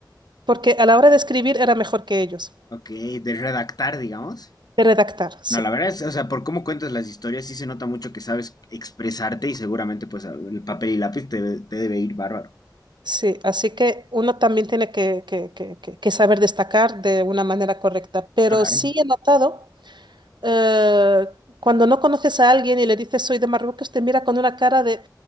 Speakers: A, on the right; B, on the left.
A: Porque a la hora de escribir era mejor que ellos.
B: Ok, de redactar, digamos.
A: De redactar, sí.
B: No, la verdad es, o sea, por cómo cuentas las historias, sí se nota mucho que sabes expresarte y seguramente pues el papel y lápiz te, te debe ir bárbaro.
A: Sí, así que uno también tiene que, que- que- que- que saber destacar de una manera correcta. Pero
B: Claro,
A: sí he notado, eh, cuando no conoces a alguien y le dices soy de Marruecos, te mira con una cara de,